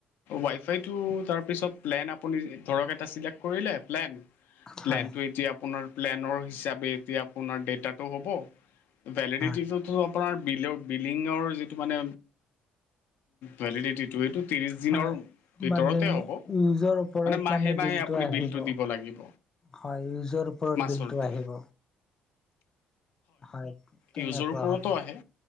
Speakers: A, on the left; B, on the left.
A: ৱাইফাইটো তাৰপিছত প্লেন আপুনি ধৰক এটা চিলেক্ট কৰিলে প্লেন। প্লেনটো
B: হয়
A: এতিয়া আপোনাৰ প্লেনৰ হিচাপে এতিয়া আপোনাৰ ডেটাটো হ'ব। ভেলিডিটিটোতো
B: হয়
A: আপোনাৰ বিলৰ বিলিঙৰ যিটো মানে ভেলিডিটি। এইটো ত্ৰিশ দিনৰ
B: হয়
A: ভিতৰতে
B: মানে
A: হ'ব
B: ইউজৰ ওপৰত
A: মানে মাহে-মাহে আপুনি
B: আহিব।
A: বিলটো দিব লাগিব।
B: হয় ইউজৰ ওপৰত
A: মাচুলটো
B: বিলটো আহিব। হয় তেনেকুৱা
A: ইউজৰ ওপৰতো
B: হ'ব।
A: আহে